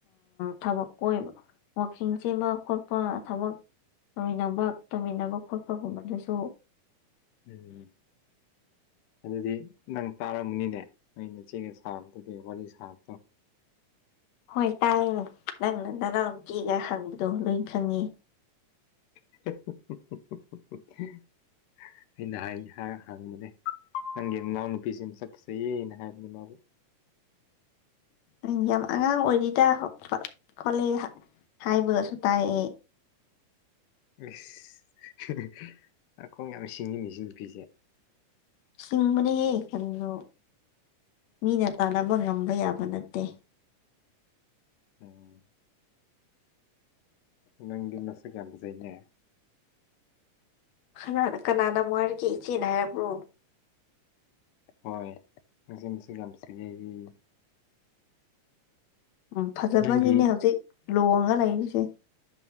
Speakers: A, on the left (about 65°); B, on the left (about 80°).
A: ꯊꯕꯛ ꯀꯣꯏꯕ ꯋꯥꯛꯀꯤꯡ ꯆꯦꯟꯕ ꯈꯣꯠꯄ ꯊꯕꯛ ꯇꯧꯃꯤꯟꯅꯕ ꯇꯧꯃꯤꯟꯅꯕ ꯈꯣꯠꯄꯒꯨꯝꯕꯗꯨꯁꯨ
B: ꯎꯝ ꯑꯗꯨꯗꯤ ꯅꯪ ꯇꯥꯔꯝꯃꯅꯤꯅꯦ ꯑꯩꯅ ꯆꯦꯒ ꯁꯥꯗꯨꯗꯤ ꯋꯥꯔꯤ ꯁꯥꯕꯗꯣ
A: ꯍꯣꯏ ꯇꯥꯏꯌꯦ ꯅꯪꯅ ꯅꯅꯥꯎꯨꯄꯤꯒ ꯍꯪꯕꯗꯣ ꯂꯣꯏ ꯈꯪꯉꯤ
B: <inaudible> ꯑꯩꯅ ꯍꯥꯏ ꯍꯪꯡꯕꯅꯦ ꯅꯪꯒꯤ ꯏꯅꯥꯎ ꯅꯨꯄꯤꯁꯤ ꯃꯁꯥꯛ ꯐꯖꯩꯌꯦ ꯍꯥꯏꯕꯅꯦ ꯃꯥꯕꯨ
A: ꯑꯨ ꯌꯥꯝ ꯑꯉꯥꯡ ꯑꯣꯏꯔꯤꯗ ꯈꯣꯠꯂꯦ ꯍꯥꯏꯕꯒꯁꯨ ꯇꯥꯏꯑ
B: ꯑꯁ ꯅꯀꯣꯡ ꯌꯥꯝ ꯁꯤꯡꯉꯤꯅꯦ ꯁꯤ ꯅꯨꯄꯤꯁꯦ
A: ꯆꯤꯡꯕꯅꯍꯦ ꯀꯔꯤꯅꯣ ꯃꯤꯅ ꯇꯥꯟꯅꯕ ꯉꯝꯕ ꯌꯥꯕ ꯅꯠꯇꯦ
B: ꯎꯝ ꯅꯪꯗꯤ ꯅꯁꯥꯛ ꯌꯥꯝ ꯐꯖꯩꯅꯦ
A: ꯈꯅꯥꯅ ꯀꯅꯥꯅ ꯑꯃꯨꯛ ꯍꯥꯏꯔꯛꯒꯦ ꯏꯆꯦꯅ ꯍꯥꯏꯔꯕ꯭ꯔꯣ
B: ꯍꯣꯏ ꯃꯁꯤ ꯃꯁꯤ ꯌꯥꯝ ꯐꯖꯩꯌꯦ
A: ꯎꯝ ꯐꯖꯕꯒꯤꯅꯦ
B: ꯅꯪꯒꯤ
A: ꯍꯧꯖꯤꯛ ꯂꯣꯡꯉ ꯂꯩꯔꯤꯁꯦ